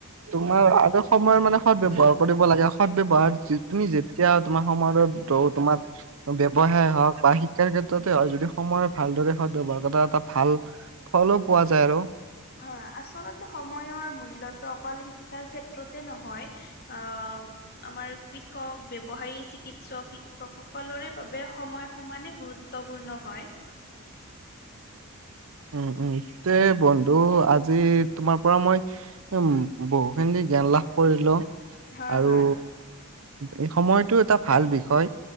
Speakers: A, on the right; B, on the left.
A: তোমাৰ আৰু সময়ৰ মানে সৎ ব্যৱহাৰ কৰিব লাগে সৎ ব্যৱহাৰ তুমি যেতিয়া তোমাৰ সময় ত তোমাৰ ব্যৱসায় হওক বা শিক্ষাৰ ক্ষেত্ৰতে হওক যদি সময় ভালদৰে বাৰ ক এটা ভাল ফলো পোৱা যায় আৰু
B: হয় আচলতে সময়ৰ মূল্যটো অকল শিক্ষাৰ ক্ষেত্ৰতে নহয় অ আমাৰ কৃষক ব্যৱসায়ী চিকিৎসক শিক্ষক সকলোৰে বাবে সময় সমানে গুৰুত্বপূৰ্ণ হয়।
A: উম উম তে বন্ধু আজি তোমাৰ পৰা মই উ বহুখিনি জ্ঞান লাভ কৰিলো
B: হয়
A: আৰু
B: হয়
A: এই সময়টো এটা ভাল বিষয়